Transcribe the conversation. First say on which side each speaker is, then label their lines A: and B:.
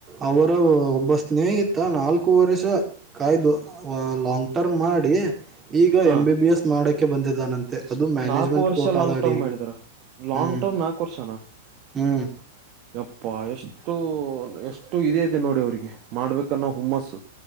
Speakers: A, on the right; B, on the right.
A: ಅವರ ಒಬ್ಬ ಸ್ನೇಹಿತ ನಾಲ್ಕು ವರ್ಷ ಕಾಯ್ದು ಲಾಂಗ್ ಟರ್ಮ್ ಮಾಡಿ ಈಗ
B: ಹಾ
A: ಎಂ ಬಿ ಬಿ ಎಸ್ ಮಾಡಕ್ಕೆ ಬಂದಿದ್ದಾನಂತೆ ಅದು ಮ್ಯಾನೇಜ್ಮೆಂಟ್
B: ನಾಲ್ಕು ವರ್ಷ
A: ಕೋಟಾದಡಿ
B: ಲಾಂಗ್ ಟರ್ಮ್ ಮಾಡಿದ್ರ ಲಾಂಗ್
A: ಹ್ಮ್
B: ಟರ್ಮ್ ನಾಲ್ಕು ವರ್ಷನಾ
A: ಹ್ಮ್
B: ಯಪ್ಪಾ ಎಷ್ಟು ಎಷ್ಟು ಇದೆ ಇದೆ ನೋಡಿ ಅವ್ರಿಗೆ ಮಾಡ್ಬೇಕನ್ನೂ ಹುಮ್ಮಸ್ಸು